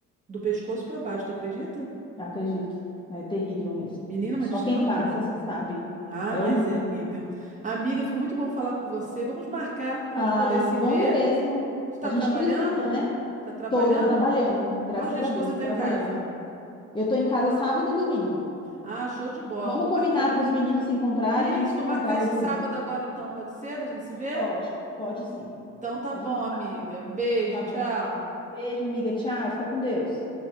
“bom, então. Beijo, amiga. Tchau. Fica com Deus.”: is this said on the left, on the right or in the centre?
Left